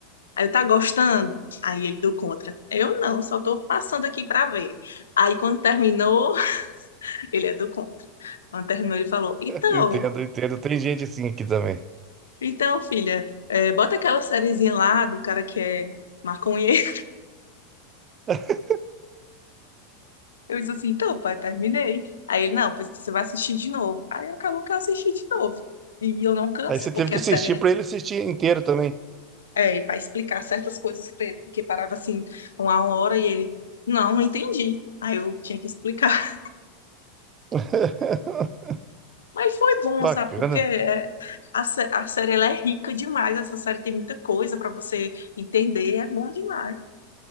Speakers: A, on the left; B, on the right.
A: aí eu tá gostando? Aí ele do contra. Eu não, só tô passando aqui para ver. Aí quando terminou, <laughs> ele é do contra. Quando terminou, ele falou: Então,
B: Entendo, entendo. Tem gente assim aqui também.
A: então, filha, é, bota aquela sériezinha lá do cara que é maconheiro. <laughs>
B: <laughs>
A: Eu disse assim: Então, pai, terminei. Aí ele: Não, pois você vai assistir de novo. Aí acabou que eu assisti de novo. E eu não canso,
B: Aí você teve
A: porque
B: que
A: a
B: assistir
A: série
B: pra ele assistir inteiro também.
A: é, é para explicar certas coisas pra ele, porque parava assim, uma hora e ele: Não, não entendi. Aí eu tinha que explicar. <laughs>
B: <laughs>
A: Mas foi bom,
B: Bacana.
A: sabe? Porque é, a, sé- a série ela é rica demais. Essa série tem muita coisa para você entender. É bom demais.